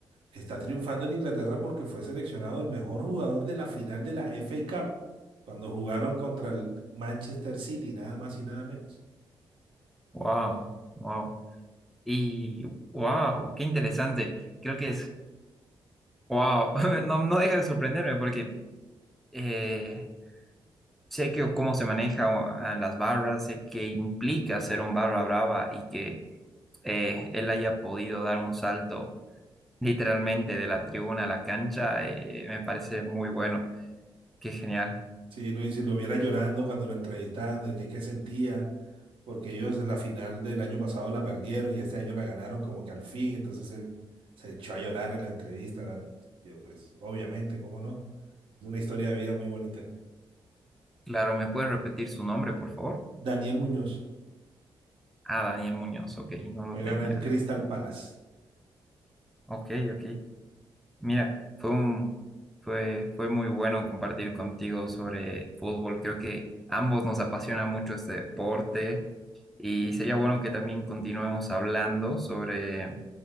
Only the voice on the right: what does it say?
está triunfando en Inglaterra porque fue seleccionado el mejor jugador de la final de la FA Cup cuando jugaron contra el Manchester City, nada más y nada menos.
Sí, lo, y si lo viera llorando cuando lo entrevistaban, de que qué sentía, porque ellos en la final del año pasado la perdieron y este año la ganaron como que al fin, entonces él se echó a llorar en la entrevista. Yo pues, obviamente, ¿cómo no? Es una historia de vida muy bonita.
Daniel Muñoz
juega
en el Crystal Palace.